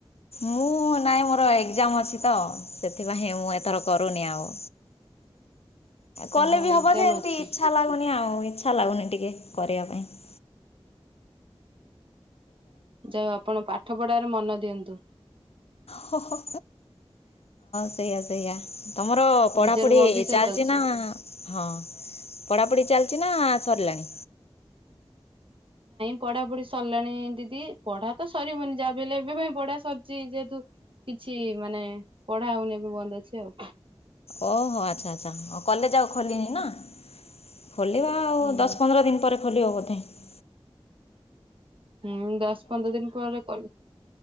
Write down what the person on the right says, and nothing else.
<inaudible>
ଓହୋ
ଏକ୍ଜାମ
ଅଛି
ଯାଅ ଆପଣ ପାଠ ପଢାରେ ମନ ଦିଅନ୍ତୁ।
ନିଜର ଭବିଷ୍ୟତ
ଅଛି।
ପଢା ପଢି ସରିଲାଣି ଦିଦି। ପଢା ତ ସରିବନି ଯାହା ବି ହେଲେ ଏବେ ପାଇଁ ପଢା ସରିଛି ଯେହେତୁ କି। କିଛି ମାନେ ପଢା ହଉନି ଏ ବି ବନ୍ଦ ଅଛି ଆଉ।
ହୁଁ
ହୁଁ ଦଶ ପନ୍ଦର ଦିନ ପରେ କଲ୍